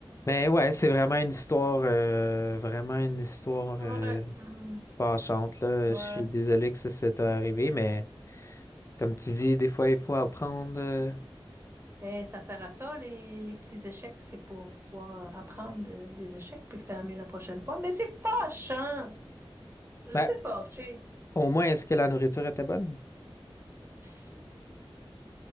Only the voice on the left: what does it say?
Mais ouais, c'est vraiment une histoire, euh, vraiment une histoire
euh,
fâchante, là.
Je suis désolé que ça ça t'est arrivé, mais comme tu dis, des fois, il faut apprendre. euh,
Ben,
au moins, est-ce que la nourriture était bonne?